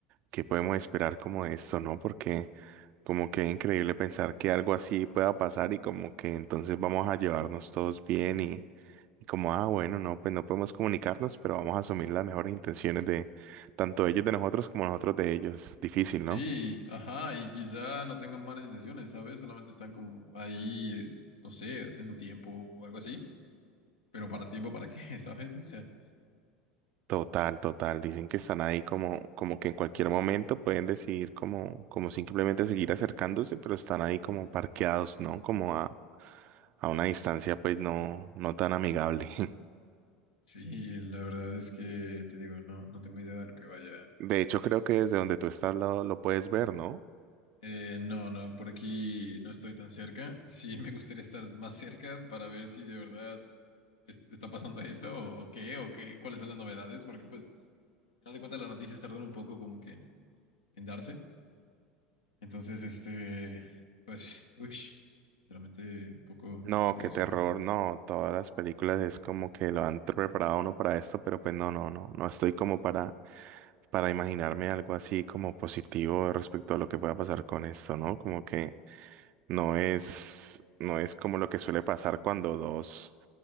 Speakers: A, on the right; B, on the left.
A: ¿qué podemos esperar como de esto, no? Porque como que es increíble pensar que algo así pueda pasar y como que entonces vamos a llevarnos todos bien y, y como, ah, bueno, no, pues no podemos comunicarnos, pero vamos a asumir las mejores intenciones de tanto ellos de nosotros como nosotros de ellos. Difícil,
B: Sí,
A: ¿no?
B: ajá, y quizá no tengan malas intenciones, ¿sabes? Solamente están como ahí, eh, no sé, haciendo tiempo o algo así. Pero para tiempo, ¿para qué? <laughs> ¿Sabes? O sea,
A: Total, total. Dicen que están ahí como, como que en cualquier momento pueden decidir como, como simplemente seguir acercándose, pero están ahí como parqueados, ¿no? Como a, a una distancia pues no, no tan amigable. <laughs>
B: sí, la verdad es que te digo, no, no tengo idea de lo que vaya.
A: De hecho, creo que desde donde tú estás lo, lo puedes ver, ¿no?
B: Eh, no, no, por aquí no estoy tan cerca. Sí, <laughs> me gustaría estar más cerca para ver si de verdad es- está pasando esto o, o qué, o qué, cuáles son las novedades, porque pues, al final de cuentas las noticias tardan un poco como que en en darse. Entonces, este, pues, uy, sinceramente un poco
A: No,
B: nervioso,
A: qué terror,
B: ¿eh?
A: no. Todas las películas es como que lo han preparado a uno para esto, pero pues no, no, no. No estoy como para, para imaginarme algo así como positivo respecto a lo que pueda pasar con esto, ¿no? Como que No es, no es como lo que suele pasar cuando dos